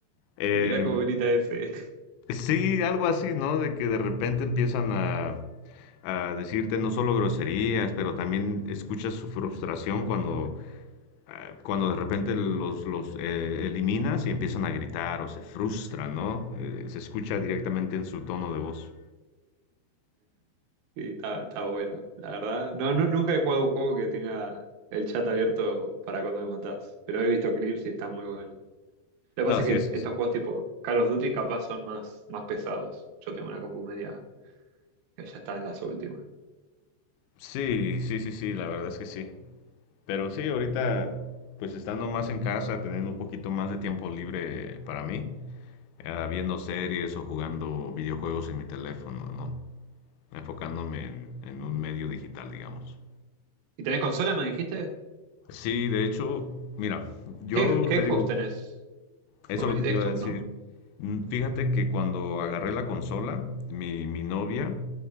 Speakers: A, on the left; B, on the right.
A: Em,
B: Mirá cómo grita ese.
A: Sí, algo así, ¿no? De que de repente empiezan a, a decirte no solo groserías, pero también escuchas su frustración cuando, ah, cuando de repente los, los eh, eliminas y empiezan a gritar o se frustran, ¿no? Eh, se escucha directamente en su tono de voz.
B: Sí, está, está bueno, la verdad. No, no, nunca he jugado un juego que tenga el chat abierto para cuando lo matás, pero he visto clips y está muy bueno. Lo que
A: No,
B: pasa es
A: sí,
B: que
A: es.
B: estos juegos tipo Call of Duty capaz son más, más pesados. Yo tengo una compu media que ya está en las últimas.
A: Sí, sí, sí, sí, la verdad es que sí. Pero sí, ahorita, pues estando más en casa, teniendo un poquito más de tiempo libre para mí, ah, viendo series o jugando videojuegos en mi teléfono, ¿no? enfocándome en, en un medio digital, digamos.
B: ¿Y tenés consola, me dijiste?
A: Sí, de hecho, mira, yo
B: ¿Qué, qué
A: te
B: Xbox
A: digo,
B: tenés?
A: eso
B: Porque
A: es lo
B: me
A: que
B: dijiste
A: te iba
B: Xbox,
A: a decir.
B: ¿no?
A: Mm, Fíjate que cuando agarré la consola, mi, mi novia